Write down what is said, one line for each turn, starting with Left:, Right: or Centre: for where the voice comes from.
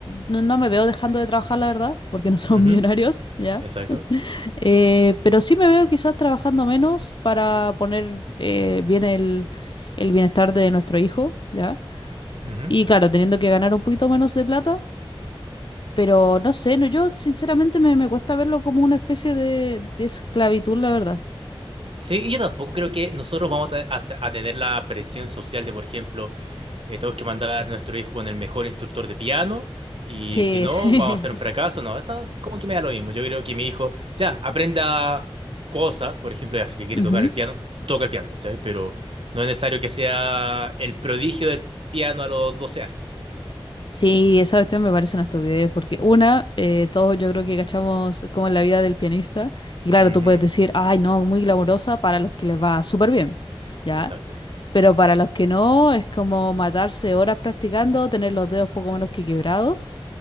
Left: no, no me veo dejando de trabajar, la verdad, porque no somos
Right: Ujú,
Left: <laughs> millonarios, ¿ya?
Right: Exacto.
Left: Eh, pero sí me veo quizás trabajando menos para poner eh, bien el, el bienestar de nuestro hijo, ¿ya?
Right: Ujú.
Left: Y claro, teniendo que ganar un poquito menos de plata, pero no sé, no, yo sinceramente me, me cuesta verlo como una especie de, de esclavitud, la verdad.
Right: Sí, y yo tampoco creo que nosotros vamos a, te- a se- a tener la presión social de, por ejemplo, eh, tenemos que mandar a nuestro hijo con el mejor instructor de piano y
Left: Sí,
Right: si no,
Left: sí.
Right: vamos a ser un fracaso. No, eso como que me da lo mismo. Yo creo que mi hijo ya aprenda cosas, por ejemplo, ya sé que quiere
Left: <laughs> Ujú.
Right: tocar el piano, toca el piano, ¿cachai? Pero no es necesario que sea el prodigio del piano a los doce años.
Left: Sí, esa cuestión me parece una estupidez, porque una, eh, todos yo creo que cachamos como en la vida del pianista, y claro,
Right: Ujú.
Left: tú puedes decir, ay, no, muy glamurosa para los que les va súper bien, ¿ya?
Right: Exacto.
Left: Pero para los que no, es como matarse horas practicando, tener los dedos poco menos que quebrados